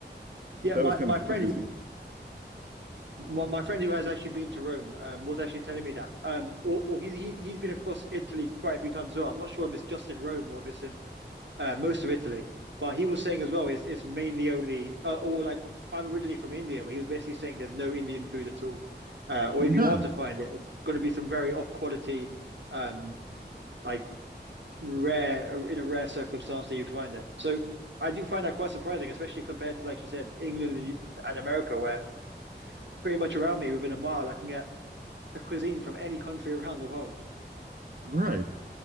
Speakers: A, on the right; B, on the right.
A: Yeah,
B: That
A: my,
B: was kind
A: my
B: of
A: friend,
B: interesting.
A: my, my friend who has actually been to Rome, um, was actually telling me that. Um, or, or he's, he's he's been across Italy quite a few times as well. I'm not sure if it's just in Rome or if it's in uh, most of Italy, but he was saying as well, it's it's mainly only uh, or like I'm originally from India, but he was basically saying there's no Indian food at all, uh, or
B: None.
A: if you are to find it, it's going to be some very off quality, um, like rare in a rare circumstance that you'd find it. So I do find that quite surprising, especially compared to, like you said, England and America, where pretty much around me within a mile I can get a cuisine from any country around the world.
B: Right.